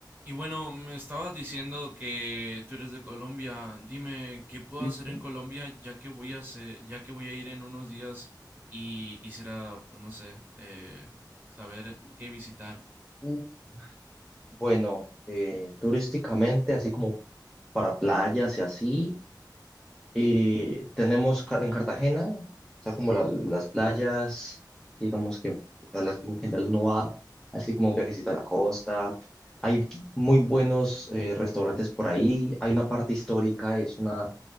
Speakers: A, on the right; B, in the centre.
A: Y bueno, me estabas diciendo que tú eres de Colombia. Dime, ¿qué puedo
B: Sí,
A: hacer
B: sí.
A: en Colombia ya que voy a hacer- ya que voy a ir en unos días y quisiera, pues no sé, eh, saber qué visitar?
B: Mm, Bueno, eh, turísticamente, así como para playas y así, eh, tenemos Ca- en Cartagena, está como la- las playas, digamos que a las que en general uno va, así como un viajecito a la costa. Hay muy buenos eh, restaurantes por ahí, hay una parte histórica, es una,